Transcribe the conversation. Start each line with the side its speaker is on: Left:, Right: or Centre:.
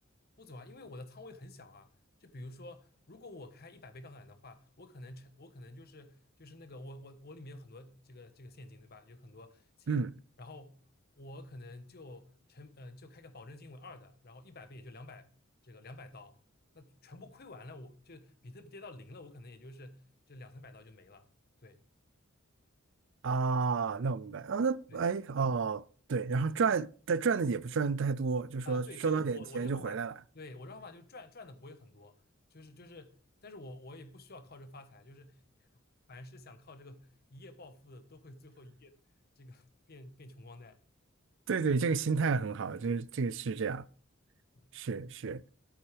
Left: 不走啊，因为我的仓位很小啊。就比如说，如果我开一百倍杠杆的话，我可能成，我可能就是就是那个我我我里面有很多这个这个现金，对吧？有很多钱，
Right: 嗯
Left: 然后我可能就成呃就开个保证金为二的，然后一百倍也就两百这个两百刀，那全部亏完了，我就比特币跌到零了，我可能也就是这两三百刀就没了。对
Right: 啊，那我明白啊。那哎哦，
Left: 对，
Right: 对，然后赚但赚的也不赚太多，就说收到点钱就回来了。
Left: 啊，对，这个我我这方法，对，我这方法就是赚赚的不会很多，就是就是，但是我我也不需要靠这发财，就是凡是想靠这个一夜暴富的，都会最后一夜这个变变穷光蛋。
Right: 对对，这个心态很好，这这个是这样，
Left: 嗯嗯，
Right: 是是。